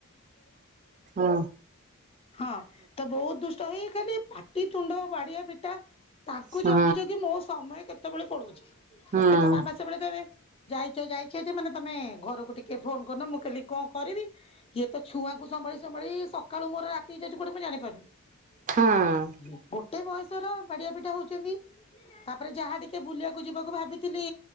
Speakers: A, on the right; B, on the left.
A: ହୁଁ
B: ହଁ ତ ବହୁତ ଦୁଷ୍ ଟ ହେଇ ଖାଲି ପାଟିିତୁଣ୍ଡ ବାଡିଆ ପିଟା ତାଙ୍କୁ
A: ହୁଁ
B: ଜଗି ଜଗି ମୋ ସମୟ କେ ତେବେଳେ ପଳଉଛି।
A: ହଁ।
B: ଏ ତା ବାବା ସବେଳେ କହିବେ ଯାଇଚ ଯାଇଛ ଯେ ମାନେ ତୋମେ ଘରକୁ ଟିକେ ଫୋନ୍ କରନ। ମୁଁ କହିଲି କଣ କରିବି ଇଏ ତ ଛୁଆଙ୍କୁ ସମ୍ଭାଳି ସମ୍ଭାଳି ସକାଳୁ ମୋର ରାତି ହେଇ ଯାଉଛି କୁଆଡେ ମୁଁ ଜାଣିପାରୁନି। <unintelligible>
A: ହୁଁ
B: ଗୋ ଟେ ବୟସର ବାଡିଆ ପିଟା ହଉଛନ୍ତି, ତାପରେ ଯାହା ଟିକେ ବୁଲିବାକୁ ଯିବାକୁ ଭାବିଥିଲି।